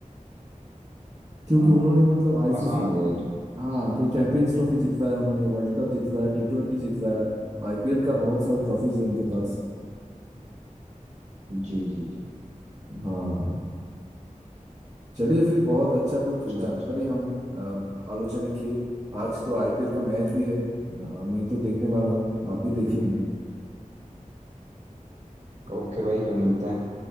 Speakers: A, on the right; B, on the right.
A: क्योंकि
B: हाँ
A: उन्होंने मतलब आईसीसी
B: आसान हो गया ये तो
A: हाँ कि चैंपियंस ट्रॉफी जितवाया उन्होंने वर्ल्ड कप जितवाया टी ट्वेंटी जितवाया आईपीएल का बहुत सारा ट्रॉफीज है उनके
B: जी
A: पास
B: जी जी जी
A: हाँ चलिए फिर बहुत अच्छा कुछ जानकारी
B: अच्छा अच्छा
A: हम अ, आलोचना किए आज तो आईपीएल का मैच भी है अ, मैं तो देखने वाला हूँ आप भी देखिए
B: हम्म हम्म हम्म ओके भाई फिर मिलते हैं